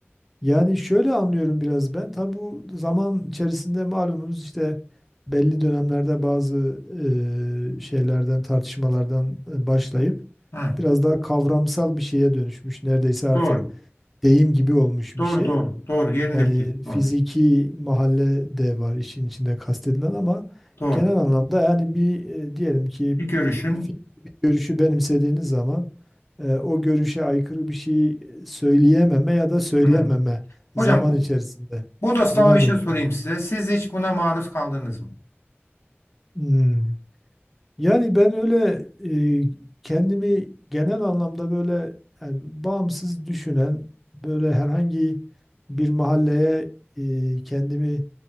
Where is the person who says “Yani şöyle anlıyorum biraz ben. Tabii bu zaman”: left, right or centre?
Centre